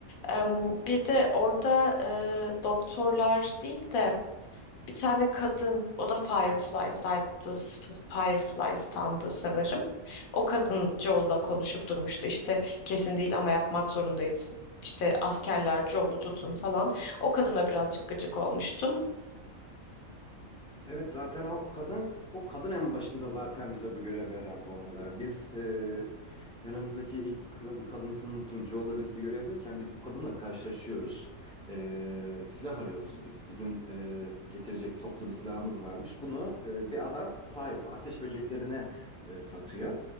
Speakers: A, on the left; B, in the centre.
A: Em, Bir de orada e, doktorlar değil de bir tane kadın, o da Fireflies'taydı, Fireflies'tandı sanırım. O kadın Joel'la konuşup durmuştu işte kesin değil ama yapmak zorundayız. İşte askerler Joel'u tutun falan. O kadına birazcık gıcık olmuştum.
B: Evet zaten o kadın o kadın en başında zaten bize bu görevi veren bu arada. Biz e, yanımızdaki ilk kad- kadın ismini unuttum. Joel'la biz bir görevdeyken biz bu kadınla karşılaşıyoruz. E, silah arıyoruz biz. Bizim e, getirecek toplu bir silahımız varmış. Bunu e, bir adam Firefly ateş böceklerine e, satıyor.